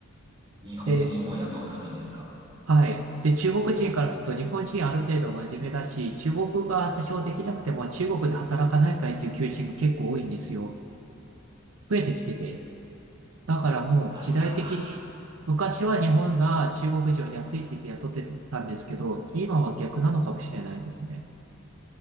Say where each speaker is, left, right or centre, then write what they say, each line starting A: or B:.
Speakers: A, on the right; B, on the right.
A: 日本人を雇うためにですか。
B: で、はい。で、中国人からすると日本人ある程度真面目だし、中国語が多少できなくても中国で働かないかいっていう求人が結構多いんですよ。増えてきてて。だからもう時代的に、
A: あら。
B: 昔は日本が中国人を安いって言って雇ってたんですけど、今は逆なのかもしれないですね。